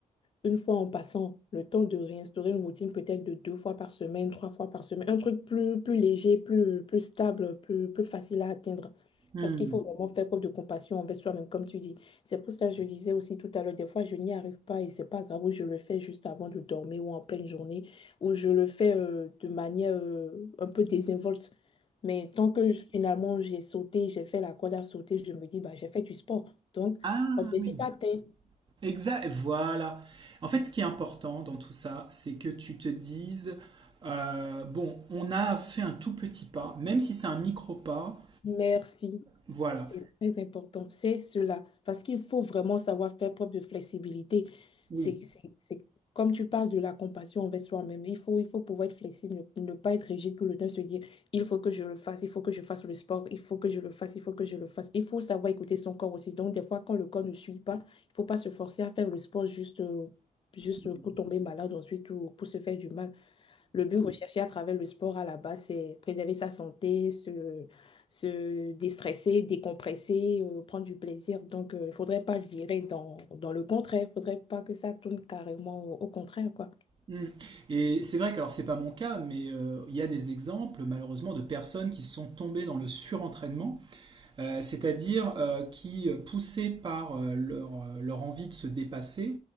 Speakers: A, on the left; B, on the right.
A: une fois en passant, le temps de réinstaurer une routine peut-être de deux fois par semaine, trois fois par semaine, un truc plus, plus léger, plus, plus stable, plus, plus facile à atteindre.
B: Hmm.
A: Parce qu'il faut vraiment faire preuve de compassion envers soi-même, comme tu dis. C'est pour ça que je disais aussi tout à l'heure, des fois, je n'y arrive pas et c'est pas grave, ou je le fais juste avant de dormir ou en pleine journée, ou je le fais euh, de manière euh, un peu désinvolte. Mais tant que je- finalement j'ai sauté, j'ai fait la corde à sauter, je me dis, bah, j'ai fait du sport. Donc,
B: Ah
A: objectif
B: oui,
A: atteint.
B: exact, voilà. En fait, ce qui est important dans tout ça, c'est que tu te dises, euh, bon, on a fait un tout petit pas, même si c'est un micro pas,
A: Merci.
B: voilà.
A: C'est très important, c'est cela, parce qu'il faut vraiment savoir faire preuve de flexibilité.
B: Oui.
A: C'est, c'est, c'est- comme tu parles de la compassion envers soi-même, il faut, il faut pouvoir être flexible, ne, ne pas être rigide tout le temps, se dire, il faut que je le fasse, il faut que je fasse le sport, il faut que je le fasse, il faut que je le fasse. Il faut savoir écouter son corps aussi. Donc, des fois, quand le corps ne suit pas, il ne faut pas se forcer à faire le sport juste, euh, juste
B: Mm,
A: pour tomber malade ensuite ou pour se faire du mal. Le but recherché à travers le sport à la base, c'est préserver sa santé, se, se déstresser, décompresser, euh, prendre du plaisir. Donc, euh, il ne faudrait pas virer dans, dans le contraire. Il ne faudrait pas que ça tourne carrément au, au contraire, quoi.
B: mm. Et c'est vrai que, alors, c'est pas mon cas, mais euh, il y a des exemples, malheureusement, de personnes qui sont tombées dans le surentraînement euh, c'est-à-dire euh, qui, euh, poussés par euh, leur, euh, leur, envie de se dépasser,